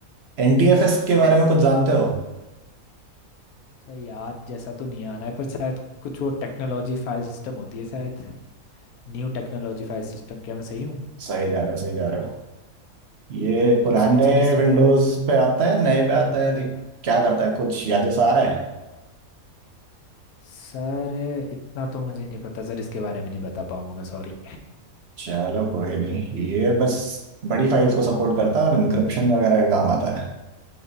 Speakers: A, on the right; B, on the left.
A: एनटीएफएस के
B: हाँ
A: बारे
B: स-
A: में कुछ जानते हो
B: सर याद जैसा तो नहीं आ रहा है पर शायद कुछ वो टेक्नोलॉजी फाइल सिस्टम होती है शायद न्यू टेक्नोलॉजी फाइल सिस्टम क्या मैं सही हूँ
A: सही जा रहे हो सही जा रहे हो ये पुराने
B: तो शायद सर इसमें
A: विंडोज पे आता है नए पे आता है लाइक क्या करता है कुछ याद जैसा आ रहा है
B: सर इतना तो मुझे नहीं पता सर इसके बारे में नहीं बता पाऊंगा मैं सॉरी
A: चलो कोई नहीं ये बस बड़ी फाइल्स को सपोर्ट करता है और इंक्रिप्शन वगैरह का काम आता है